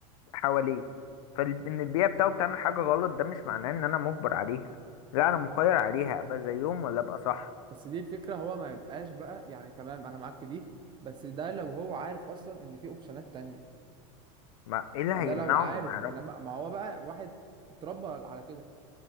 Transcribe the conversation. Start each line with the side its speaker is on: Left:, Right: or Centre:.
Left: حواليه فان البيئة بتاعه بتعمل حاجة غلط ده مش معناه ان انا مجبر عليها لا انا مخير عليها ابقى زيهم ولا ابقى صح
Right: بس دي الفكرة هو ما يبقاش بقى يعني تمام أنا معاك في دي بس ده لو هو عارف أصلا إن في أوبشنات تانية
Left: ما ايه اللي هيمنعه
Right: ده لو عارف
Left: انه ما يعرفش
Right: انما ما هو بقى واحد اتربى على كده